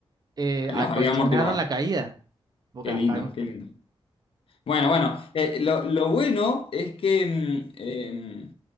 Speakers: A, on the right; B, on the left.
A: eh, acolchonaron
B: los había amortiguado.
A: la caída. Porque
B: Qué
A: hasta...
B: lindo,
A: no-
B: qué lindo. Bueno, bueno, eh, lo, lo bueno es que, mm, eh,